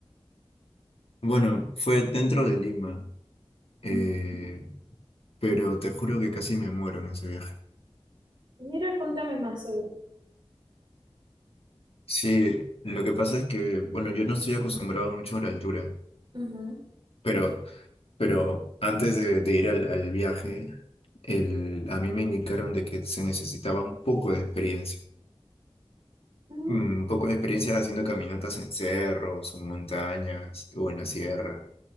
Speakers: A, on the left; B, on the right.
A: Bueno, fue dentro de Lima, eh,
B: Mm.
A: pero te juro que casi me muero en ese viaje.
B: Mira, contame más sobre.
A: Sí, lo que pasa es que, bueno, yo no estoy acostumbrado mucho a la altura,
B: Ujú.
A: pero Pero antes de, de ir al, al viaje, el- a mí me indicaron de que se necesitaba un poco de experiencia.
B: Mm,
A: Mm, Un poco de experiencia haciendo caminatas en cerros o montañas o en la sierra.